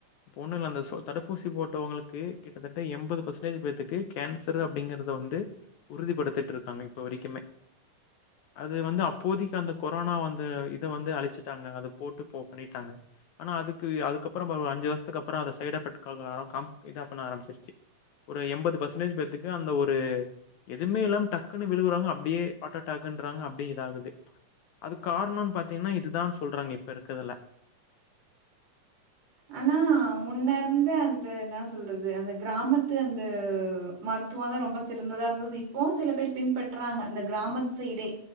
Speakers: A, on the left (about 75°); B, on the right (about 70°).
A: ஒன்னு இல்ல அந்த ஸோ தடுப்பூசி போட்டவங்களுக்கு கிட்டத்தட்ட எண்பது பெர்சன்டேஜ் பேத்துக்கு கேன்சரு அப்டிங்கறத வந்து உறுதிப்படுத்திட்டு இருக்காங்க இப்ப வரைக்குமே அது வந்து அப்போதிக்கு அந்த கொரோனா வந்து இத வந்து அழிச்சுட்டாங்க அத போட்டு போ பண்ணிட்டாங்க ஆனா அதுக்கு அதுக்குதுக்கப்பறோ ஒரு ஆஞ்சு வர்ஷத்துக்கு அப்றோ அத சைட எஃபெக்ட்காக <inaudible> காம் இதா பண்ண ஆரம்பச்சிருச்சு ஒரு எண்பது பெர்சன்டேஜ் பேத்துக்கு அந்த ஒரு எதுமே இல்லா டக் க்குன்னு விழுவுறாங்க அப்டியே ஹார்ட்டாக்குன்றாங்க அப்டியே இதகுது அது கார்ணோன் பாத்தீங்கன்னா இதுதான்னு சொல்றாங்க இப்ப இருக்கறதுல
B: ஆனா முன்ன இருந்த அந்த என்ன சொல்றது அந்த க்ராமத்து அந்த மருத்துவோ தா ரொம்ப சிறந்ததா இருந்தது இப்பவு சில பேர் பின்பற்றுறாங்க இந்த க்ராமத்துசைடே